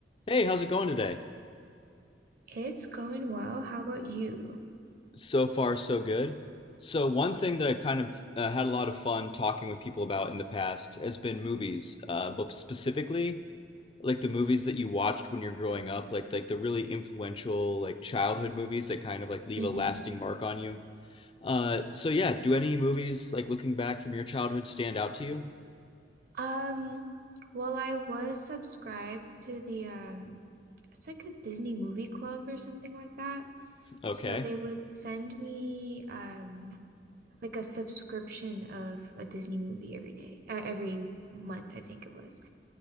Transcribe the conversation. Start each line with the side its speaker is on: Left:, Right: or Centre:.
Left: Hey, how's it going today?
Right: It's going well. How about you?
Left: So far, so good. So, one thing that I've kind of uh, had a lot of fun talking with people about in the past has been movies, uh, but specifically like the movies that you watched when you're growing up, like like the really influential like childhood movies that kind of like leave
Right: hmm
Left: a lasting mark on you. Uh, so yeah, do any movies like looking back from your childhood stand out to you?
Right: Um, well, I was subscribed to the um, it's like a Disney movie club or something like that.
Left: Okay.
Right: So they would send me um like a subscription of a Disney movie every day, uh, every month, I think it was.